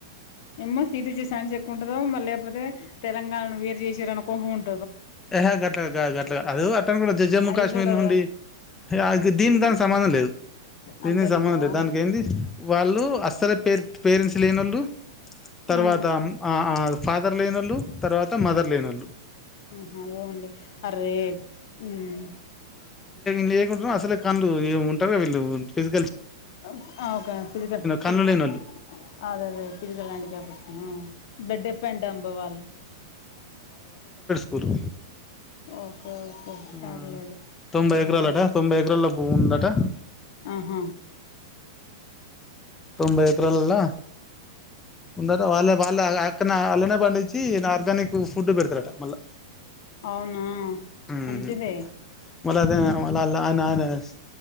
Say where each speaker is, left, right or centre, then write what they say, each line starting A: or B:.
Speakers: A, on the left; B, on the left.
A: ఏమో సీటీ జేసాన్స్ ఎక్కుంటందో మళ్ళే పోతే తెలంగాణను వేరు చేశారు అనుకోమున్
B: ఎహే గట్ల గాదు అట్ల కాదు అట్టని కూడ జజమ్మూ
A: అయి
B: కాశ్మీర్
A: చూడు
B: నుండి హే అ దీనికి దానికి
A: ఆ
B: సంబంధం లేదు దీనినికి
A: అంతేనంటావా
B: సంబంధం లేదు దానికి ఏంది వాళ్ళు అస్సలు. పేర్ పేరెంట్స్ లేనొళ్ళు తర్వాతం
A: ఆ
B: అ ఆ ఫాదర్ లేనోళ్ళు తర్వా త మదర్ లేనొళ్ళు
A: మ్మ్ హు అదే అండి అరవై ఐద్ హ్మ్
B: లేకుంటనే అసలే కళ్లు ఏం ఉంటరో వీళ్ళు ఫెస్
A: ఒ ఆ ఓకే ఫిజికల్ ఫిజికల్
B: కళ్ళు లేనోళ్ళు
A: ఆ అదదే ఫిజికల్ హ్యాండికాప్ పర్సన్ ఆ ద డెఫ్పెన్ డెంబ్ వాళ్ళు.
B: పూలు
A: ఓకే ఓకే
B: ఆ
A: పర్లేదు
B: తొంభై
A: ఏమోలే
B: ఎకరాలట తొంభై ఎకరాల్లో ప దాట
A: ఆహా
B: తొంభై ఎకరాలల్లో ఉందట వాళ్ళే వాళ్ళ అక్కన వాళ్ళనే పండించి ఆర్గానిక్ ఫుడ్ పెడతారట మళ్ళీ
A: అవునా
B: మ్మ్
A: మంచిదే
B: మల్ల అదే <unintelligible>